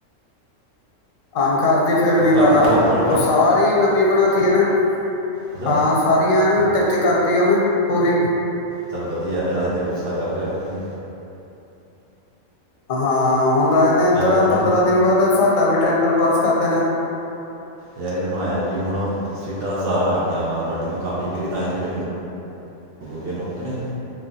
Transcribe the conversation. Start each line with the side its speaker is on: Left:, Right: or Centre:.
Left: ਆਮ ਖਾਸ ਦੀ ਫਿਰਨੀ
Right: ਉਹ ਕਾਫੀ
Left: ਲਾ ਲਾ
Right: ਖਰਾਬ ਹੋਈ ਦੀ ਸੜਕਾਂ
Left: ਉਹ ਸਾਰੀ ਨਵੀਂ ਬਣਾ <unintelligible>
Right: ਅੱਛਾ
Left: ਹਾਂ ਸਾਰੀ ਐਨ ਟਿਚ ਕਰ ਉਹਨ ਪੂਰੀ
Right: ਚੱਲ ਵਧੀਆ ਨਾਲੇ ਜਾਂਦੇ ਗੁੱਸਾ ਕਰ ਰੇ ਨੇ
Left: ਹਾਂ ਹੁਣ ਰਾਜ ਨੇ ਇੱਧਰ ਆ
Right: ਮੈਨੂੰ
Left: ਪੰਦਰਾਂ ਦਿਨ ਬਾਅਦ ਸਾਡਾ ਵੀ ਟੈਂਡਰ ਪਾਸ ਕਰ ਨਾ
Right: ਯਾਰ ਇਹਨਾਂ ਨੂੰ ਆਇਆ ਵੀ ਹੁਣ ਸੀਟਾਂ ਸਾਰਾਂ ਆ ਗਈਆਂ ਆਮ ਆਦਮੀ ਪਾਰਟੀ ਤੋਂ ਕੰਮ ਵੀ ਕਰੀਏ ਤਾਂ ਹੀ ਸੀਟ ਮਿਲੂਗੀ ਇਹਨੂੰ ਕਿ ਨਹੀਂ